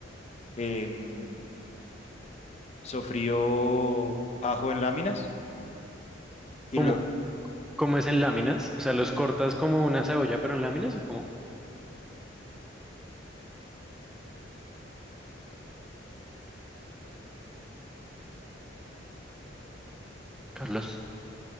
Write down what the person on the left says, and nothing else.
em, sofrío ajo en láminas
y luego